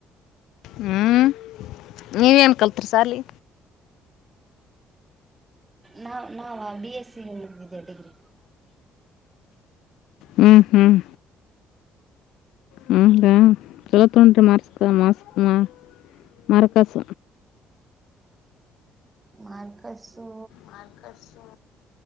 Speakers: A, on the left; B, on the right.
A: ಹ್ಮ್ ನೀವೇನ್ ಕಲ್ತ್ರಿ ಸಾಲಿ.
B: ನಾವ ನಾವ ಬಿ ಎಸ್ ಸಿ ಮುಗ್ದಿದೆ ಡಿಗ್ರಿ.
A: ಹ್ಮ್ ಹ್ಮ್ ಹೌದ ಚಲೋ ತಗೊಂಡ್ರಿ ಮಾರ್ಕ್ಸ್ನ್ ಮಾರ್ಕ್ಸ್ನ್ ಮರಕಾಸ.
B: ಮಾರ್ಕಸು.
A: ಮಾರ್ಕಸು